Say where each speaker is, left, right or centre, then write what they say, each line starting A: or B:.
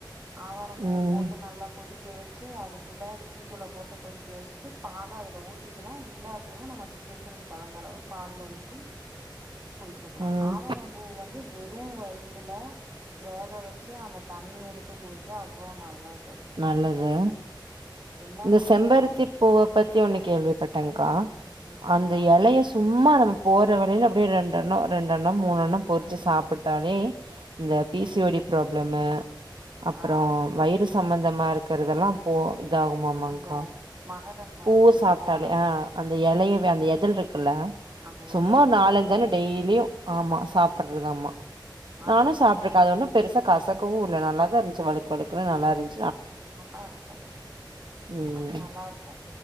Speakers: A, on the right; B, on the right.
A: ஆவாரம் பூவ
B: ம்
A: போட்டு நல்லா கொதிக்கி கொதிக்க வச்சு அது கூட டீ தூள போட்டு கொதிக்க வச்சுட்டு பால அதுல ஊத்திக்கலா இல்ல அப்டின்னா நம்ம டிக்கேஷனுக்கு தகுந்த அளவு பால்ல ஊத்தி குடிச்சிக்கலா
B: ம்
A: ஆவரம்பூ வந்து வெறும் வ அதுல வேக வச்ச ச்சி அந்த தண்ணி எடுத்து குடிச்சா அவ்ளோ நல்ல
B: நல்லது
A: எல்லாத்துக்குமே
B: இந்த செம்பருத்தி
A: நல்லது
B: பூவ பத்தி ஒன்னு கேள்விப்பட்டங்கா
A: என்னதுடா
B: அந்த எலைய சும்மா நம்ம போற வழியில அப்பிடியே ரெண் டெண்னோ ரெண்டெண்ணம் மூணெண்ணம் பொறிச்சி சாப்பிட்டாலே இந்த பிசிஓடி
A: ம்
B: ப்ராப்ளம் அப்புறோ
A: ஆ
B: வயிறுஸ் சம்மந்தமா இருக்கறதெல்லா போ இதகுமமாங்க்கா
A: அந்த மகரந்தோ
B: பூவ
A: இருக்கு இல்லையா
B: சாப்ட்டாலா ஆ அந்த எலையவே அந்த எதல் இருக் குல்ல
A: அந்த
B: சும்மா
A: எதலு
B: ஒரு நாலஞ்சான
A: சாப்பிடணு
B: டெய்லியு ஆமா சாப்பறதமா
A: ஆ
B: நானு
A: அப்டி
B: சாப்புட்டுருக்கே
A: சா
B: அது ஒண்ணு பெருச கச குவுல்ல நல்லா தா இருந்துசி வலுக்கு வலுக்குனு நல்லா இருந்ச்சி
A: நல்லா இருக்கு
B: ம்
A: அது நல்லா இருக்கு